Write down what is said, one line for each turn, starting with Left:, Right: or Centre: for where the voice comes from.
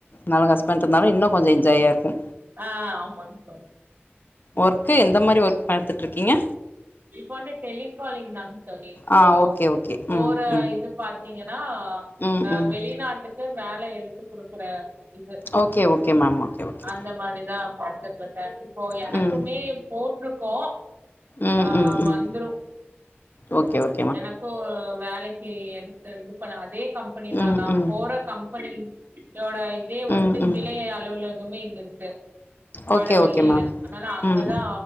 Left: நல்ல ஹஸ்பண்டு இருந்தாலு இன்னு கொஞ்சோ என்ஜாயா இருக்கு
Right: ஆ ஆ ஆமாங்க தோழி
Left: ஒர்க்கு எந்த மாரி ஒர்க் பாத்துட்ருக்கீங்க
Right: இப்ப வந்து டெலிகாலிங் தாங்க தோழி இப்போ
Left: ஆ ஓகே ஓகே
Right: போற
Left: ம் ம்
Right: இது பாத் த்தீங்கன்னா
Left: ம்
Right: அ
Left: ம்
Right: வெளிநாட்டுக்கு வேல எடுத்து குடுக்குற இது
Left: okay okay ma'am okay okay
Right: அந்த மாரிதா பா பாத்துட்ருக்க இப்போ எனக்குமே
Left: ம்
Right: போட்ருக்கோ
Left: ம்
Right: ஆ
Left: ம் ம்
Right: வந்துரு
Left: ஓகே ஓகே
Right: எனக்கு வேலைக்கு எடுத்து இது பண்ண அதே கம்பெனி தா
Left: ம்
Right: நா
Left: ம்
Right: போற கம்பெனி யோட இதே வந்ட்டு
Left: ம் ம்
Right: கிளையே அலுவலகமே இங்க இருக்கு வடவள்ளியில
Left: ஓகே ஓகே மேம்
Right: அதனால அங்கதா
Left: ம்